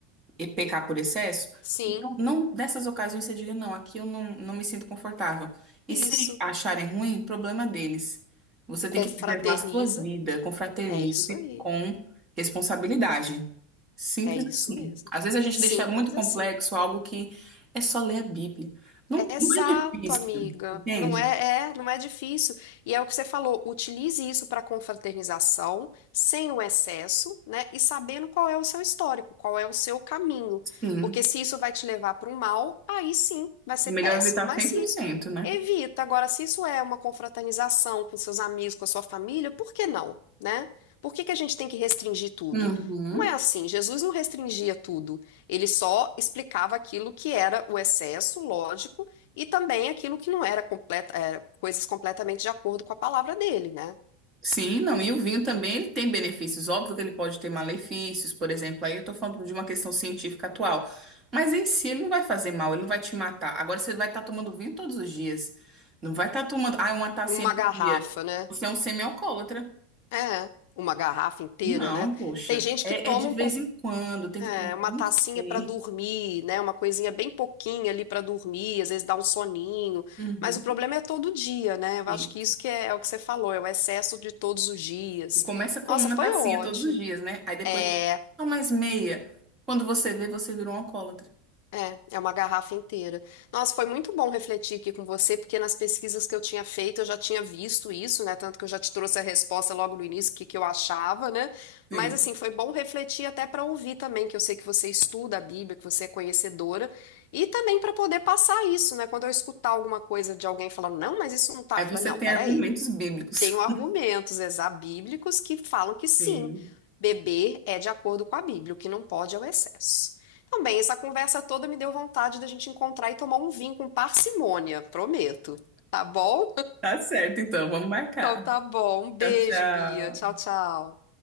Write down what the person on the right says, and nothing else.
e pecar por excesso.
Então, não dessas ocasiões você diga, não, aqui eu não, não me sinto confortável. E
se acharem ruim, problema deles. Você tem
que preservar a sua vida, confraternize
com responsabilidade. Simples
assim.
Às vezes a gente
deixa muito complexo
algo que é só ler a Bíblia. Não,
não é difícil,
entende?
Sim.
É melhor
evitar
cem
por
cento né?
Uhum.
Sim, não, e o vinho também ele tem benefícios. Óbvio que ele pode ter malefícios, por exemplo, aí eu tô falando de uma questão científica atual. Mas em si ele não vai fazer mal, ele não vai te matar. Agora você vai estar tomando vinho todos os dias. Não vai estar tomando, ah, uma tacinha
por
dia.
Você é um semi-alcoólatra.
Não,
poxa.
É,
é de
vez
em quando, tem
que ter bom
senso.
Uhum,
isso.
E começa com
uma
tacinha
todos os dias, né? Aí depois,
só mais meia. Quando você vê, você vira um alcoólatra.
Sim.
Aí
você
tem
argumentos bíblicos.
Sim.
Tá certo, então. Vamos marcar.
Tchau, tchau.